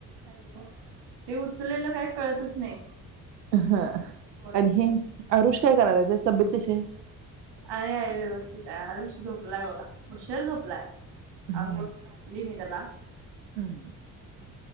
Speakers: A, on the right; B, on the right.
A: Hello ते उचललेलं काय कळतच नाही.
B: हा
A: कोण
B: आणि हे अरुष काय
A: हा.
B: करायलाय? त्याची तब्येत कशी आहे?
A: आहे, आहे व्यवस्थित आहे. आरुष झोपलाय बघा. ऊशर झोपलाय,
B: हम्म
A: अंघोळ घातली मी त्याला.
B: हम्म.